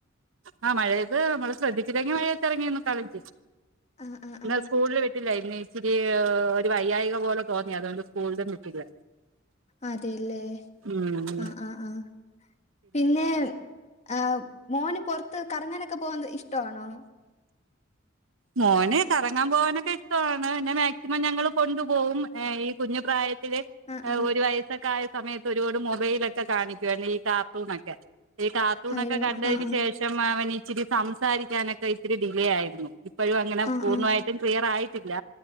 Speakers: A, on the right; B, on the left.
A: ആഹ് മഴയത്ത് നമ്മള് ശ്രദ്ധിച്ചില്ലെങ്കി മഴയത്തിയറങ്ങിയന്ന് കളിക്കും
B: ആഹ് ആഹ് ആഹ്
A: സ്കൂള് വിട്ടില്ല ഇന്ന് ഇച്ചിരി എഹ് ഒരു വയ്യായിക പോലെ തോന്നി അതോണ്ട് സ്കൂളിലു വിട്ടില്ല
B: അതെല്ലേ
A: ഉം
B: ആഹ് ആഹ് ആഹ് പിന്നെ ആഹ് മോന് പൊർത്ത് കറങ്ങനൊക്കെ പോന്നത് ഇഷ്ടാണോ
A: മോന് കറങ്ങാൻ പോകാനൊക്കെ ഇഷ്ടവാണ് പിന്നെ മാക്സിമം ഞങ്ങള് കൊണ്ടുപോവുംഏ ഈ കുഞ്ഞുപ്രായത്തില്
B: ആഹ് ആഹ്
A: ഒരു വയസ്സൊക്കെയായ സമയത്ത് ഒരുപാട് മൊബൈലൊക്കെ കാണിക്കുവാര്ന്ന് ഈ കാർട്ടൂണൊക്കെ ഈ കാർട്ടൂണൊക്കെ
B: അയ്യോ
A: കണ്ടയിന്
B: ആഹ്
A: ശേഷം അവനിച്ചിരി സംസാരിക്കാനൊക്കെ ഇത്തിരി ഡിലേയായിരുന്നു. ഇപ്പഴും അങ്ങനെ
B: ആഹ്
A: പൂർണ്ണായിട്ടും
B: ആഹ്
A: ക്ലിയറായിട്ടില്ല